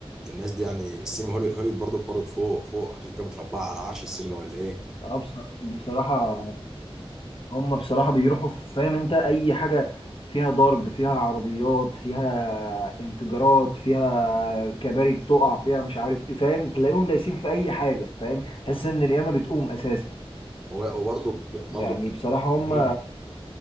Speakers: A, in the centre; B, on the left.
A: الناس دي يعني السينما هولي- هوليوود برضك برضك فوق فوق عشان كده متربعه على عرش السينما ولا ايه
B: اه بص- بصراحه هم بصراحة بيروحوا في- فاهم انت اي حاجة فيها ضرب فيها عربيات فيها انفجارات فيها كباري بتقع فيها مش عارف ايه فاهم تلاقيهم دايسين في اي حاجة فاهم تحس ان القيامة بتقوم اساسا
A: وبرضك
B: يعني
A: برضك
B: بصراحة هم
A: مم.